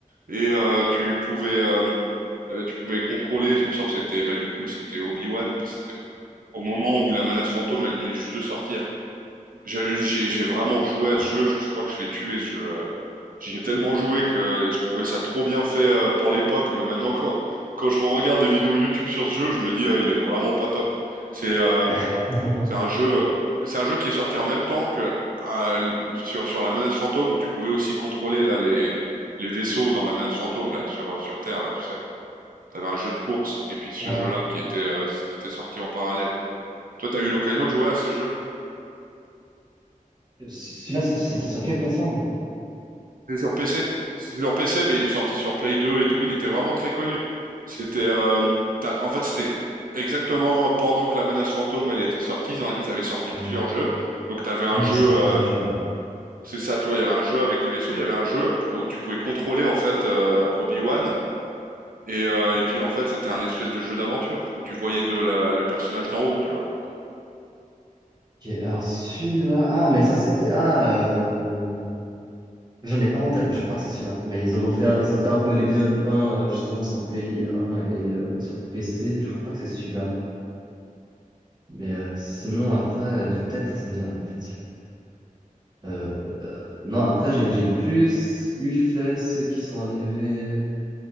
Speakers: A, on the right; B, on the right.
A: et euh, tu pouvais euh, Euh, tu pouvais contrôler, il me semble que c'était bah du coup c'était Obi-Wan parce que c'était au moment où la menace fantôme elle venait juste de sortir. J'ai j'ai- j'ai vraiment joué
B: Ouais.
A: à ce jeu, je, je crois que je l'ai tué ce jeu. euh. J'y ai tellement joué que euh, je trouvais ça trop bien fait euh, pour l'époque, mais maintenant quand quand je regarde des vidéos YouTube sur ce jeu, je me dis euh, il est vraiment pas top. C'est euh,
B: <laughs>
A: c'est un jeu c'est un jeu qui est sorti en même temps que euh, sur sur la menace fantôme où tu pouvais aussi contrôler là les les vaisseaux dans la menace fantôme là sur sur Terre là, tu sais. T'avais un jeu de course et puis ce
B: Ouais.
A: jeu-là qui était euh, qui était sorti en parallèle. Toi, t'as eu l'occasion de jouer à ces jeux?
B: C- Celui-là, c'est- c'était sur quelle plateforme?
A: C'est sur PC. C'est sur PC, mais il est sorti sur Play 2 et tout. Il était vraiment très connu. C'était euh, t'as- en fait c'était exactement pendant que la menace fantôme elle était sortie. Ils, en- ils avaient sorti
B: Ouais.
A: plusieurs jeux. Donc t'avais un
B: Ouais,
A: jeu,
B: ils ont sorti plusieurs
A: euh,
B: jeux.
A: c'est ça, tu vois, il y avait un jeu avec des vaisseaux. Il y avait un jeu où tu pouvais contrôler en fait euh, Obi-Wan. Et, euh, et puis en fait c'était un espèce de jeu d'aventure où tu voyais de la- le personnage d'en haut, tu vois.
B: Ok, alors celui-là. Ah, mais ça, c'était. Ah, euh, j'en ai un en tête, mais je crois pas que c'est celui-là. Mais ils en ont fait un, ils ont fait un peu l'épisode un euh, justement, sur Play 1 et euh, sur PC, mais je crois pas que c'est celui-là. Mais euh, sinon, après, euh, de tête, là, ça me dit rien, effectivement. Euh, euh, non, après, j'ai j'ai plus eu fait ceux qui sont arrivés.